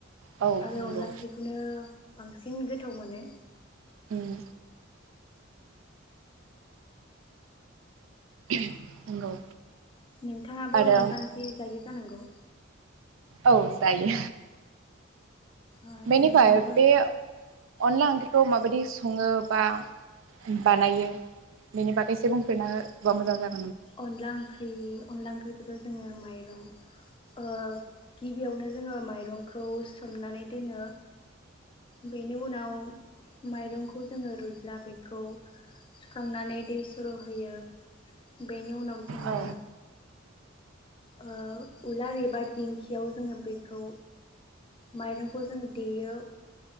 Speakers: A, on the right; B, on the left.
A: औ
B: आरो
A: नंगौ
B: अनला ओंख्रिखौनो। बांसिन गोथाव मोनो।
A: उम। नंगौ।
B: नोंथाङाबो
A: आरो
B: अनला ओंख्रि जायो जानांगौ?
A: औ जायो।
B: ओ
A: बेनिफाय
B: नोंथाङाबो
A: बेे अनला ओंख्रिखौ माबायदि सङो बा बानायो बेनि बागै एसे बुंफोरना होबा मोजां जागो।
B: अनला ओंख्रि अनला ओंख्रि खौ जोङो माइरं ओ गिबियावनो जोङो माइरंखौ सोमनानै दोनो बेनि उनाव माइरंखौ जोङो रुइब्ला बेखौ सुखांनानै दै सर'होयो बेनि उनाव जोङो।
A: औ
B: ओ उलार एबा दिंखियाव जोङो बेखौ माइरंखौ जों देयो